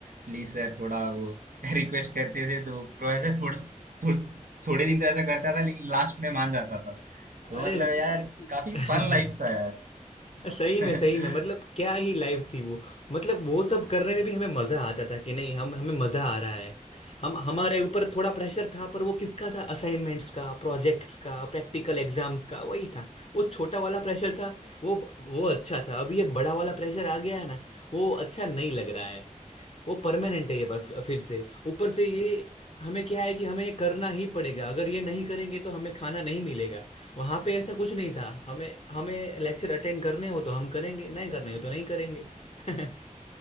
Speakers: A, on the right; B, on the left.
A: प्लीज सर थोड़ा वो <laughs> रिक्वेस्ट करते थे तो प्रोफेसर थोड़ा थो, थोड़े दिन तो ऐसा करता था लेकिन लास्ट में मान जाता था
B: अरे
A: तो मतलब यार काफी
B: <laughs>
A: फन लाइफ था यार
B: सही
A: <laughs>
B: में सही में मतलब क्या ही लाइफ थी वो मतलब वो सब करने में भी हमें मजा आता था कि नहीं हम हमें मजा आ रहा है हम हमारे ऊपर थोड़ा प्रेशर था पर वो किसका था असाइनमेंट्स का प्रोजेक्ट्स का प्रैक्टिकल एग्जाम्स का वही था वो छोटा वाला प्रेशर था वो वो अच्छा था अभी ये बड़ा वाला प्रेशर आ गया है ना वो अच्छा नहीं लग रहा है वो परमानेंट है ये बात फिर से ऊपर से ये हमें क्या है कि हमें ये करना ही पड़ेगा अगर ये नहीं करेंगे तो हमें खाना नहीं मिलेगा वहां पे ऐसा कुछ नहीं था हमें हमें लेक्चर अटेंड करने हो तो हम करेंगे नहीं करने हो तो नहीं करेंगे <laughs>